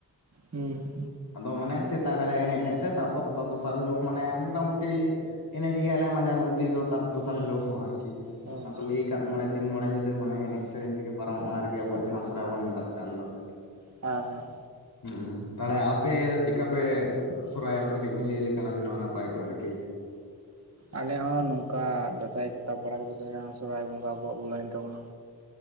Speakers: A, on the right; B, on the left.
A: ᱦᱮᱸ᱾
B: ᱟᱫᱚ ᱢᱟᱱᱮ ᱥᱮᱛᱟᱜ ᱟᱞᱮ ᱮᱱᱮᱡ ᱮᱱᱮᱡ ᱛᱮ ᱛᱟᱯᱚᱨ ᱫᱚᱥᱟᱨ ᱦᱤᱞᱳᱜ ᱢᱟᱱᱮ ᱢᱚᱴᱟᱢᱩᱴᱤ ᱮᱱᱮᱡ ᱜᱮᱭᱟᱞᱮ ᱢᱟᱡᱟᱱ ᱚᱵᱽᱫᱤ ᱫᱚ ᱛᱟᱨ ᱫᱚᱥᱟᱨ ᱦᱤᱞᱳᱜ ᱦᱚᱸ ᱟᱨᱠᱤ᱾
A: ᱦᱮᱸ
B: ᱚᱱᱟ
A: ᱦᱮᱸ
B: ᱠᱚ ᱞᱟᱹᱭ ᱟᱠᱟᱫ ᱢᱚᱬᱮ ᱥᱤᱧ ᱢᱚᱬᱮ ᱧᱤᱫᱟᱹ ᱢᱟᱱᱮ ᱮᱱᱮᱡ ᱥᱮᱨᱮᱧ ᱛᱮᱜᱮ ᱯᱟᱨᱚᱢᱚᱜᱼᱟ ᱟᱨᱠᱤ ᱟᱵᱚᱣᱟᱜ ᱡᱟᱦᱟᱸ ᱥᱚᱨᱦᱟᱭ ᱵᱚᱱ ᱢᱮᱛᱟᱜ ᱠᱟᱱ ᱫᱚ᱾ <inaudible>
A: ᱦᱮᱸ ᱦᱮᱸ᱾
B: ᱦᱩᱸ ᱛᱟᱦᱚᱞᱮ ᱟᱯᱮ ᱪᱮᱫᱠᱟ ᱯᱮ ᱥᱚᱨᱦᱟᱭᱚᱜᱼᱟ ᱠᱟᱹᱴᱤᱡ ᱵᱤᱱ ᱞᱟᱹᱭᱞᱮᱠᱷᱱ ᱟᱵᱤ ᱦᱚᱸ ᱱᱟᱯᱟᱭ ᱠᱚᱜ ᱟᱨᱠᱤ?
A: ᱟᱞᱮ ᱦᱚᱸ ᱱᱚᱝᱠᱟ ᱫᱟᱸᱥᱟᱭ ᱠᱚ ᱛᱟᱵ ᱵᱟᱲᱟᱛᱮᱫ ᱡᱟᱦᱟᱸ ᱥᱚᱨᱦᱟᱭ ᱵᱚᱸᱜᱟ ᱟᱵᱚᱣᱟᱜ ᱵᱚᱞᱟᱹᱭᱮᱱ ᱛᱟᱵᱚᱱᱟ᱾